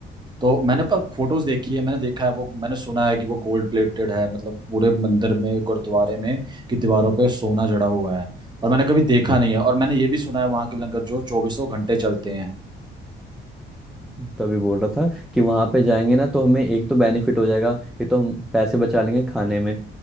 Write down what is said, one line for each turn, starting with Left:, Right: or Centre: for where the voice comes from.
Right: तो मैंने पर फोटोज देखी है मैंने देखा है वो मैंने सुना है कि वो गोल्ड प्लेटेड है मतलब पूरे मंदिर में गुरुद्वारे में कि दीवारों पे सोना जड़ा हुआ है और मैंने कभी देखा नहीं है और मैंने ये भी सुना है वहाँ के लंगर जो चौबीसों घंटे चलते हैं
Centre: तभी बोल रहा था कि वहां पे जाएंगे ना तो हमें एक तो बेनिफिट हो जाएगा ये तो हम पैसे बचा लेंगे खाने में